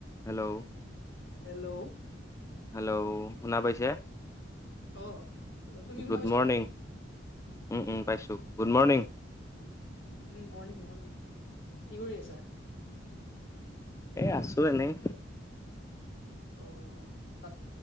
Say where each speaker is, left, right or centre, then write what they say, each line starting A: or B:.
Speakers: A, on the left; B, on the left.
A: Hello.
B: Hello.
A: Hello শুনা পাইছে
B: অ তুমি শুনা
A: গুড
B: পাইছা
A: মৰ্ণিং।
B: নাই
A: উম উম পাইছো গুড মৰ্ণিং।
B: উ উম মৰ্ণিং মৰ্ণিং কি কৰি আছা?
A: এ আছো এনেই।
B: অ অ ফাত-